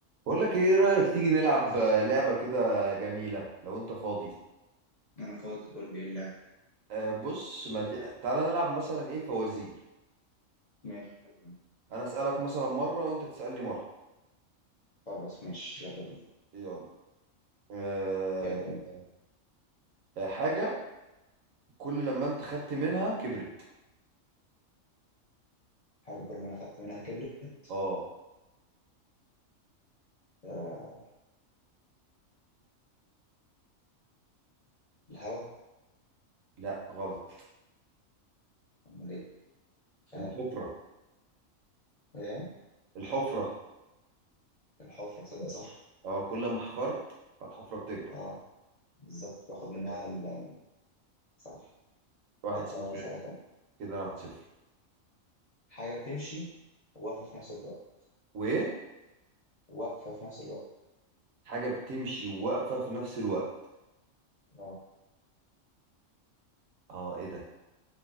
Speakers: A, on the right; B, on the left.
A: بقول لك ايه رأيك تيجي نلعب آه، لعبة كده جميلة لو انت فاضي
B: انا فاضي قول لي ايه اللعبه
A: آه، بص ما ت... تعالى نلعب مثلا ايه فوازير
B: ماشي حلو ده.
A: انا اسألك مثلا مرة وانت تسألني مرة
B: خلاص ماشي يلا بينا
A: يلا أه...
B: هبدأ انت
A: آه، حاجة كل لما انت خدت منها كبرت
B: حاجه كل ما انا خدت منها كبرت
A: اه
B: آه الهوا
A: لا غلط
B: امال ايه مش عارف
A: الحفرة
B: ايه
A: الحفرة
B: الحفره صدق صح
A: اه كل ما حفرت فالحفرة بتكبر
B: اه بالظبط باخد منها
A: يلا.
B: ال- ال- صح
A: واحد
B: طب
A: صفر
B: تعالى اسالك انا
A: كده أنا واحد صفر
B: حاجه بتمشي واقفه في نفس الوقت
A: وايه
B: واقفه في نفس الوقت
A: حاجة بتمشي وواقفة في نفس الوقت
B: اه
A: اه ايه ده